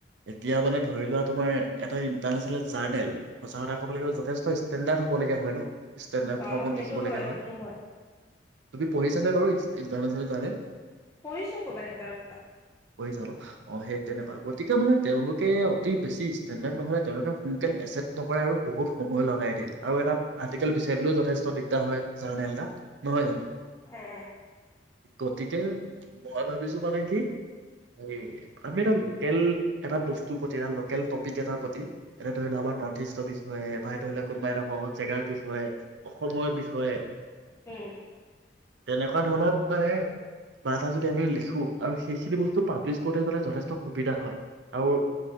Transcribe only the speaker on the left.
অ'
সেইটো
সেইটো
পঢ়িছো ক'ৰবাত এটা দুটা।
হে
উম',